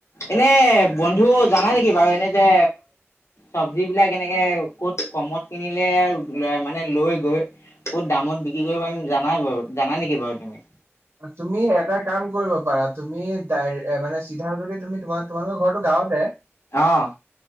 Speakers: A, on the left; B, on the right.
A: এনে বন্ধু জানা নেকি বাৰু এনে যে,, চব্জ বিলাক এনেকে ক'ত কমত কিনিলে মানে লৈ গৈ ক'ত দামত বিক্ৰী কৰিব পাৰিম যানাই বাৰু জানা নেকি বাৰু তুমি।
B: তুমি এটা কাম কৰিব পাৰা, তুমি মানে চিধা যদি তুমি তোমাৰ তোমালোকৰ ঘৰটো গাঁৱতে?
A: অ'।